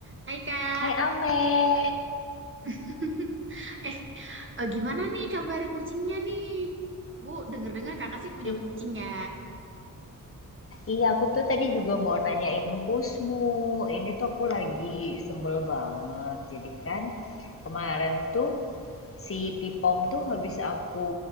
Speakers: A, on the right; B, on the left.
A: Hai Kak,
B: Hai Amel,
A: <laughs> eh eh, gimana nih kabar kucingnya nih? Bu, denger-dengar kakak sih punya
B: I-
A: kucing ya.
B: iya aku tuh tadi juga mau nanyain empusmu. Ini tuh aku lagi sebel banget. Jadi kan kemarin tuh si Pipom tuh habis aku